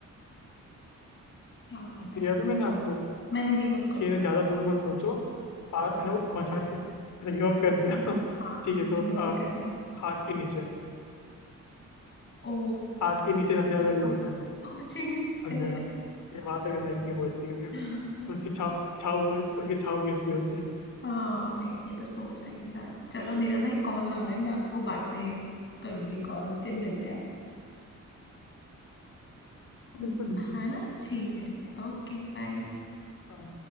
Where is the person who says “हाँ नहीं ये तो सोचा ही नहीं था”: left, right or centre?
Left